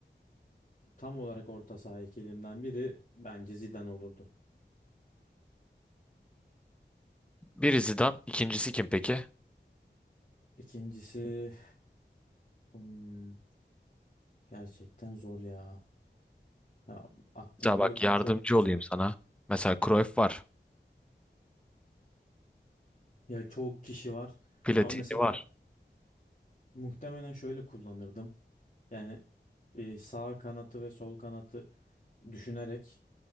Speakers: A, on the left (about 40°); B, in the centre.
A: e, tam olarak orta saha ikilimden biri bence Zidane olurdu.
B: Biri Zidane, ikincisi kim peki?
A: İkincisi hmm, gerçekten zor ya. Ya aklımda
B: Mesela bak yardımcı
A: çok kişi
B: olayım
A: var.
B: sana. Mesela Cruyff var.
A: Ya çok kişi var.
B: Platini
A: Ama mesela
B: var.
A: muhtemelen şöyle kullanırdım. Yani e, sağ kanatı ve sol kanatı düşünerek